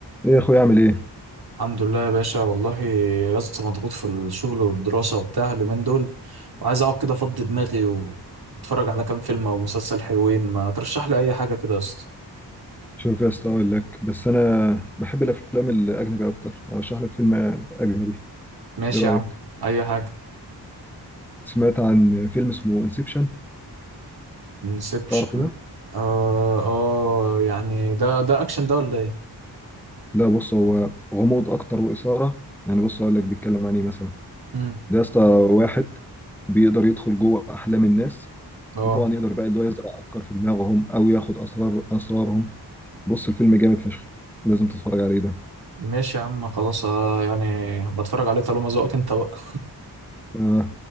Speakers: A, in the centre; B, on the right.
A: ايه يا اخويا اعمل ايه
B: الحمد لله يا باشا والله يا اسطى مضغوط في الشغل والدراسة وبتاع اليومين دول وعايز اقعد كده افضي دماغي و- واتفرج على كام فيلم او مسلسل حلوين ما ترشح لي اي حاجة كده يا اسطى
A: شوف يا اسطى اقول لك بس انا بحب الافلام الاجنبي اكتر ارشح لك فيلم اجنبي
B: ماشي
A: ايه رايك
B: يا عم اي حاجة
A: سمعت عن فيلم اسمه انسبشن
B: انسبشن
A: تعرفه ده
B: اه اه يعني ده ده اكشن ده ولا ايه
A: لا بص هو غموض اكتر واثاره يعني بص اقول لك بيتكلم عن ايه مثلا
B: امم
A: ده يا اسطى واحد بيقدر يدخل جوه احلام الناس
B: اه
A: وطبعا يقدر بقى اللي هو يزرع افكار في دماغهم او ياخد اسرار اسرارهم بص الفيلم جامد فشخ لازم تتفرج عليه ده
B: ماشي يا عم خلاص آه يعني بتفرج عليه طالما ذوقك انت بقى
A: آه.